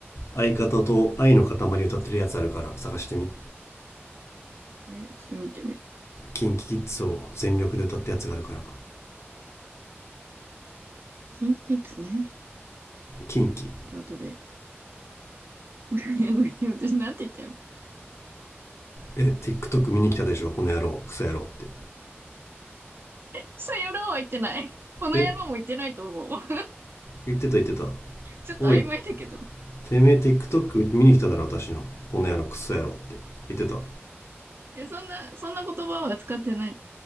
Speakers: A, on the left (about 85°); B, on the right (about 55°).
A: 相方と愛の塊歌ってるやつあるから探してみ。
B: うんえ、ちょっと見てみる。
A: キンキキッズを全力で歌ったやつがあるから。
B: キンキキッズね。
A: キンキ。
B: ちょっと後で。<laughs> 私なんて言ったよ。
A: え、TikTok 見に来たでしょ、この野郎、クソ野郎って。
B: そやろうは言ってない。この野郎も言ってないと思う。
A: え
B: <laughs>
A: 言ってた言ってた。
B: ちょっと曖昧だけど。
A: おい、てめえ TikTok 見に来ただろ私のこの野郎クソ野郎って言ってた
B: え、そんな、そんな言葉は使ってない